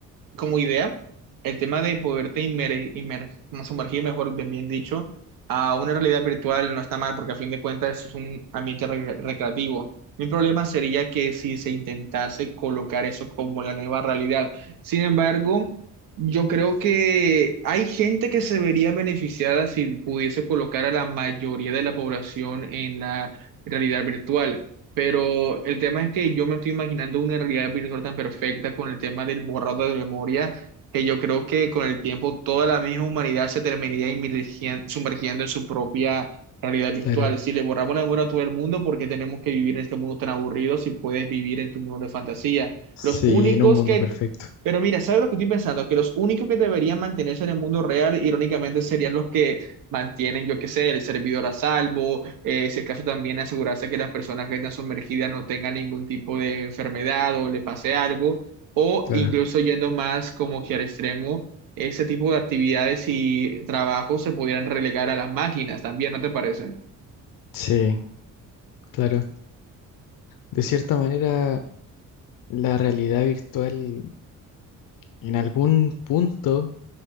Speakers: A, on the right; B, on the left.
A: como idea, el tema de poderte inmer- inmer- como sumergir, mejor bien, bien dicho, a una realidad virtual no está mal porque a fin de cuentas es un ambiente re- recreativo. Mi problema sería que si se intentase colocar eso como la nueva realidad. Sin embargo, yo creo que hay gente que se vería beneficiada si pudiese colocar a la mayoría de la población en la realidad virtual. Pero el tema es que yo me estoy imaginando una realidad virtual tan perfecta con el tema del borrado de memoria, que yo creo que con el tiempo toda la misma humanidad se terminaría inmergien- sumergiendo en su propia realidad
B: Claro,
A: virtual. Si le borramos la memoria a todo el mundo, porque tenemos que vivir en este mundo tan aburrido si puedes vivir en tu mundo de fantasía?
B: sí,
A: Los únicos
B: en un mundo
A: que...
B: perfecto,
A: Pero mira, ¿sabes lo que estoy pensando? Que los únicos que deberían mantenerse en el mundo real, irónicamente, serían los que mantienen, yo qué sé, el servidor a salvo. Eh, si es caso también asegurarse que las personas que están sumergidas no tengan ningún tipo de enfermedad o le pase algo. O
B: claro.
A: incluso yendo más como que al extremo, ese tipo de actividades y trabajos se pudieran relegar a las máquinas también, ¿no te parece?
B: Sí, claro. De cierta manera, la realidad virtual en algún punto